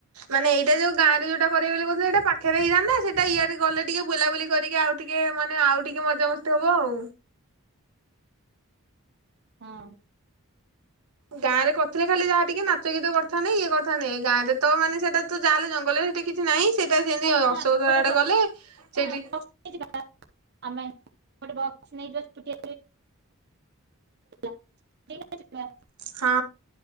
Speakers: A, on the right (about 85°); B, on the right (about 50°).
A: ମାନେ ଏଇଟା ଯଉ ଗାଁରେ ଜଉଟା କରିବି ବୋଲି କହୁଥିଲେ ସେଇଟା ପାଖରେ ହେଇଥାଆନ୍ତା। ସେଟା ଇଆଡେ ଗଲେ ଟିକେ ବୁଲାବୁଲି କରିକି ଆଉ ଟିକେ ମାନେ ଆଉ ଟିକେ ମଜାମସ୍ତି ହବ ଆଉ।
B: ହଁ।
A: ଗାଁରେ କରିଥିଲେ ଖାଲି ଯାହା ଟିକେ ନାଚ ଗୀତ କରିଥାନ୍ତେ ଇଏ କରିଥାନ୍ତେ ଗାଁରେ ତ ମାନେ ସେଟା ତ ଯାହାହଲେ ଜଙ୍ଗଲରେ ସେଟି ନାଇଁ ସେଟା ସେମତି
B: ହଁ
A: ଅଶୋକଧରା
B: ଆମେ
A: ଆଡେ
B: ଗୋଟେ
A: ଗଲେ ସେଇଠି
B: <unintelligible> ଆମେ ଗୋଟେ ବକ୍ସ ନେଇଯିବା <inaudible> <inaudible>
A: ହଁ